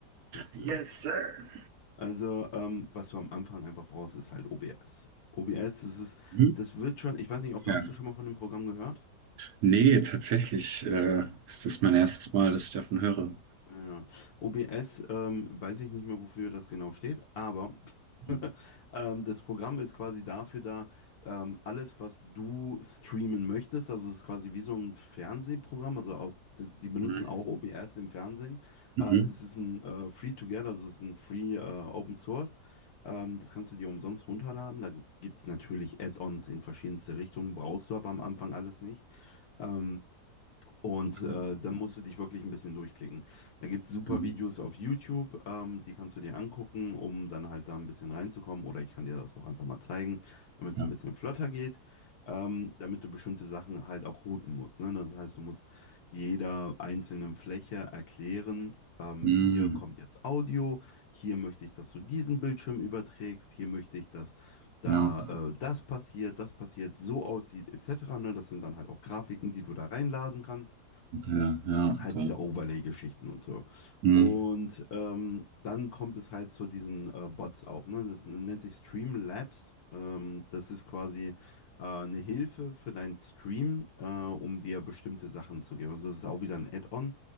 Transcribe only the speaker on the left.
Yes, sir.
Also, ähm, was du am Anfang einfach brauchst, ist halt OBS. OBS, das ist,
das wird schon, ich weiß nicht, ob
hast du schon mal von dem Programm gehört?
Ja. OBS, ähm, weiß ich nicht mehr, wofür das genau steht, aber
<laughs> ähm, das Programm ist quasi dafür da, ähm, alles, was du streamen möchtest, also es ist quasi wie so ein Fernsehprogramm, also auch, die die benutzen
auch OBS im Fernsehen.
Äh, es ist ein äh, Free-to-Get, also es ist ein Free äh, Open Source. Ähm, das kannst du dir umsonst runterladen. Da gibt es natürlich Add-ons in verschiedenste Richtungen, brauchst du aber am Anfang alles nicht. Ähm, und
äh, dann musst du dich wirklich ein bisschen durchklicken. Da gibt es super
Videos auf YouTube, ähm, die kannst du dir angucken, um dann halt da ein bisschen reinzukommen. Oder ich kann dir das auch einfach mal zeigen, damit
es ein bisschen flotter geht, ähm, damit du bestimmte Sachen halt auch routen musst. Ne? Das heißt, du musst jeder einzelnen Fläche erklären, ähm,
hier kommt jetzt Audio, hier möchte ich, dass du diesen Bildschirm überträgst, hier möchte ich, dass da
äh, das passiert, das passiert, so aussieht, etc. Ne? Das sind dann halt auch Grafiken, die du da reinladen kannst
halt
diese Overlay-Geschichten und so.
Und ähm, dann kommt es halt zu diesen äh, Bots auch, ne? Das nennt sich Streamlabs. Ähm, das ist quasi äh, eine Hilfe für deinen Stream, äh, um dir bestimmte Sachen zu geben. Also es ist auch wieder ein Add-on,